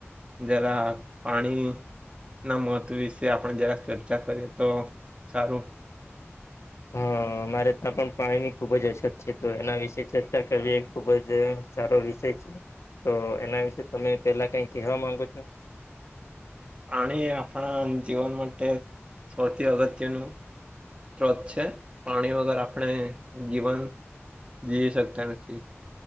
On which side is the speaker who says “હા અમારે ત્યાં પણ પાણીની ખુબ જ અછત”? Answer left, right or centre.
Left